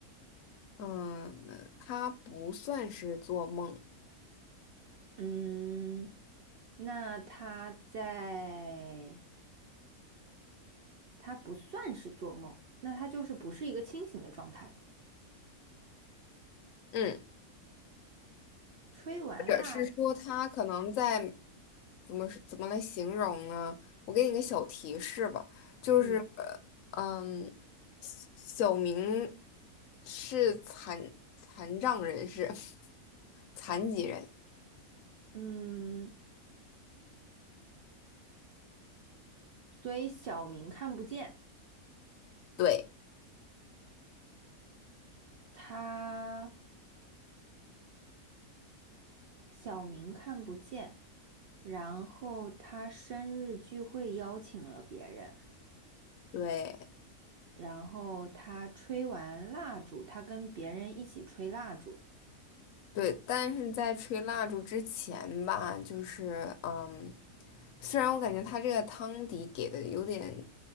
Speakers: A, on the left; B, on the right.
A: 嗯，它不算是做梦，
B: 嗯，那他在。他不算是做梦，那他就是不是一个清醒的状态。
A: 嗯。
B: 吹完蜡，
A: 者是说他可能在怎么怎么来形容呢？我给你个小提示吧，就是
B: 嗯
A: 嗯，小小明是残残障人士，<laughs> 残疾人，
B: 嗯，所以小明看不见，
A: 对
B: 他小明看不见，然后他生日聚会邀请了别人，
A: 对。
B: 然后他吹完蜡烛，他跟别人一起吹蜡烛，
A: 对，但是在吹蜡烛之前吧，就是嗯，虽然我感觉他这个汤底给的有点，